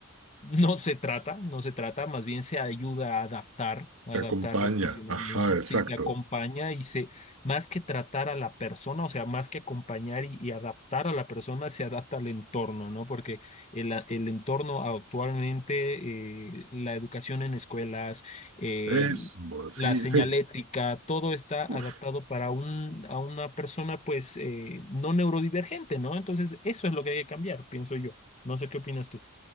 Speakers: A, on the left; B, on the right.
A: No se trata, no se trata, más bien se ayuda a adaptar, a
B: te
A: adaptar
B: acompaña.
A: el funcionamiento,
B: Ajá, exacto.
A: sí, se acompaña y se, más que tratar a la persona, o sea, más que acompañar y, y adaptar a la persona, se adapta al entorno, ¿no? Porque el, a- el entorno actualmente, eh, la educación en escuelas, el-
B: Eso, sí,
A: la señalética,
B: sí.
A: todo está adaptado
B: Uf.
A: para un, a una persona, pues, eh, no neurodivergente, ¿no? Entonces, eso es lo que hay que cambiar, pienso yo. No sé qué opinas tú.